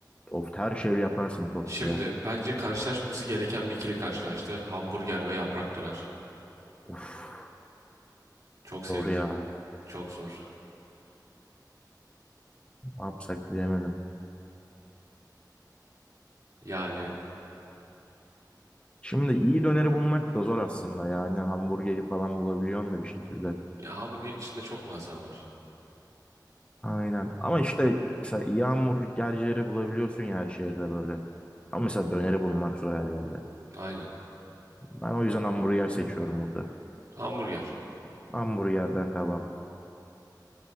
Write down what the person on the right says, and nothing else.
Şimdi
bence karşılaşmaması gereken bir ikili karşılaştı. Hamburger ve yaprak döner.
Çok sevdiğim,
çok zor.
Yani
ya hamburgerin içinde çok malzeme var.
Aynen.
Hamburger.